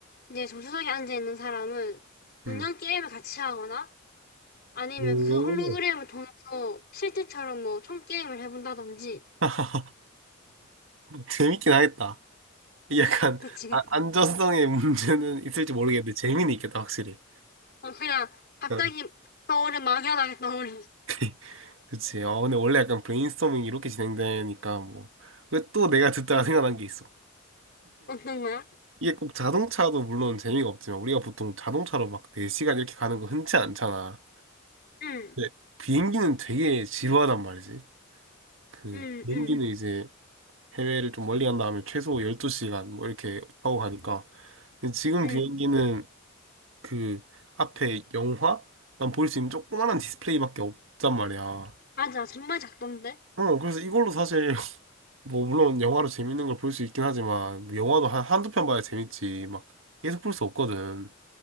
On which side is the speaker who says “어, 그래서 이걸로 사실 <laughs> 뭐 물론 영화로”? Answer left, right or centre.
Right